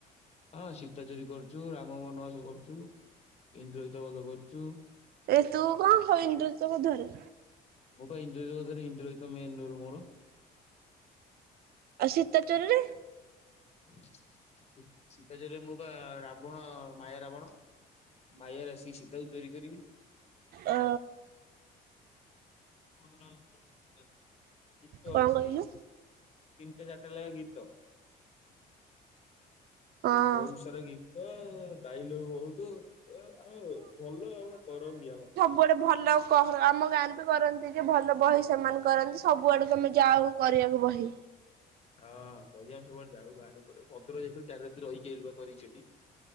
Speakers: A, on the left; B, on the right.
A: ହଁ ସୀତା ଚୋରି କରିଛୁ, ରାମ ବନବାସ କରିଛୁ, ଇନ୍ଦ୍ରଯିତ ବଧ କରିଛୁ।
B: ଏ ତୁ କଣ କଇନ <unintelligible>
A: ମୁଁ <unintelligible> ତ <unintelligible> ମେନ୍ ରୋଲ ମୋର।
B: ଆଉ ଶୀତା ଚୋରୀରେ?
A: ସି ସୀତା ଚୋରିରେ ମୁଁ ବା ରାବଣ ମାୟା ରାବଣ। ମାୟାରେ ଆସିକି ସୀତାକୁ ଚୋରି କରିବି।
B: ଅ
A: ଗୀତ
B: କଣ
A: ଅଛି
B: କହିଲୁ?
A: ତିନିଟା ଚାରିଟା ଲାଗା ଗୀତ।
B: ହଁ।
A: ଏଇ ବହୁତ ସାରା ଗୀତ ଡାଇଲଗ ବହୁତ। ଓ ଓ ଭଲ ଭାବ କରନ୍ତି ଆମର।
B: କୁଆଡେ ଭଲ କ ଆମ ଗାଁରେ ବି କରନ୍ତି ଯେ ଭଲ ବହି ସେମାନେ କରନ୍ତି ସବୁଆଡକୁ ଆମେ ଯାଉ। କରିବାକୁ ବହି।
A: ହଁ ପହିବା ଆମ ସବୁବେଳେ ଯାଉ ବାହାର ଉପ ପଦର ଯାଇଥିଲ ଚାରି ଦିନ ରହିକି କରିକି ସେଠି।